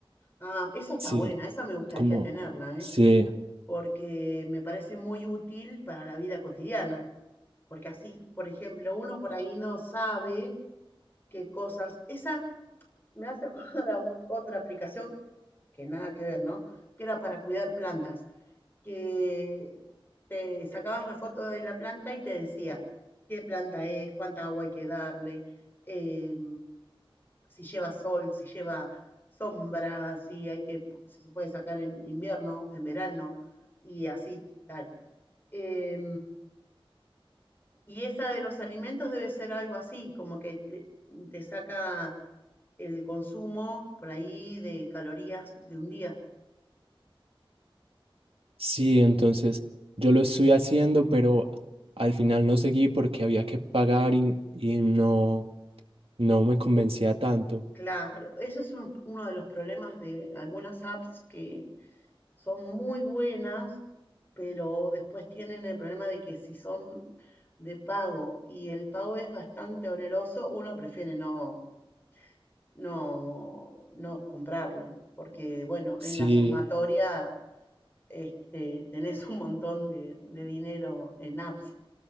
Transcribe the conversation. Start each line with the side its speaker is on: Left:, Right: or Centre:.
Left: Ah, esa está
Right: sí,
Left: buena, esa me gustaría
Right: como,
Left: tenerla, ¿eh?
Right: sí,
Left: Porque me parece muy útil para la vida cotidiana. Porque así, por ejemplo, uno por ahí no sabe qué cosas. Esa me hace <laughs> acordar a ot- otra aplicación que nada que ver, ¿no? Que era para cuidar plantas que te sacabas la foto de la planta y te decía qué planta es, cuánta agua hay que darle, eh, si lleva sol, si lleva sombra, si hay que, si se puede sacar en invierno, en verano, y así tal. Eh, y esa de los alimentos debe ser algo así, como que te, te saca el consumo por ahí de calorías de un día.
Right: sí, entonces yo lo estoy haciendo, pero al final no seguí porque había que pagar y, y no. no me convencía tanto.
Left: Claro, eso es un- uno de los problemas de algunas apps que son muy buenas, pero después tienen el problema de que si son de pago y el pago es bastante oneroso, uno prefiere no, no, no comprarlo, porque bueno,
Right: Sí,
Left: en la sumatoria este, tenés un montón de, de dinero en apps,